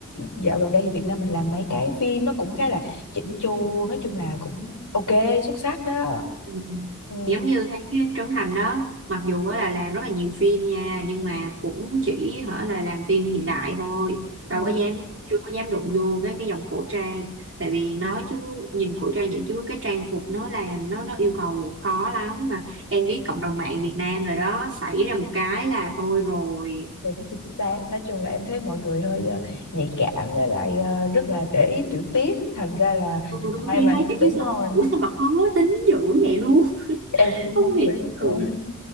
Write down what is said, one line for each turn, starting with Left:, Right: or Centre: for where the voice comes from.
Left: dạo gần đây thì Việt Nam mình làm mấy cái phim nó cũng khá là chỉnh chu nói chung là cũng ok xuất sắc đó
Right: Ừ.
Left: Ừ,
Right: giống như thấy cái Trấn Thành đó mặc dù á là làm rất là nhiều phim nha nhưng
Left: ừ,
Right: mà cũng chỉ hở là làm phim hiện đại thôi
Left: ừ,
Right: đâu có dám chưa có dám đụng vô cái cái dòng cổ trang tại vì nói chứ nhìn cổ trang vậy chứ cái trang phục nó làm nó nó yêu cầu khó lắm mà em biết cộng đồng mạng Việt Nam rồi đó xảy ra một cái là thôi rồi
Left: đúng chính xác nói chung là em thấy mọi người hơi ờ, nhạy cảm với lại ờ, rất là để ý tiểu tiết thành ra là
Right: Ừ, đôi
Left: ai
Right: khi
Left: mà
Right: thấy kiểu
Left: đúng
Right: như sao
Left: rồi
Right: ủa sao mà khó tính dữ vậy luôn
Left: em cũng
Right: không
Left: không
Right: hiểu
Left: biết <laughs> nữa.
Right: ừ